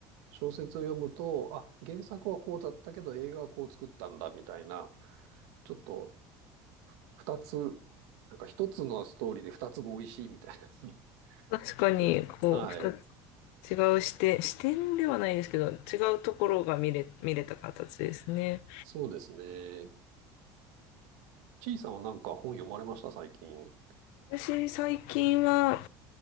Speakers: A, on the right (about 80°); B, on the left (about 75°).
A: 小説を読むと、あ、原作はこうだったけど映画はこう作ったんだみたいな、ちょっと二つ、なんか一つのストーリーで二つも美味しいみたいな。<laughs> ち
B: 確かに、
A: ょっと、
B: こう、
A: はい。
B: 二つ、違う視点、視点ではないですけど、違うところが見れ、見れた形ですね。
A: そうですね。ちいさんはなんか本読まれました最近。
B: 私、最近は、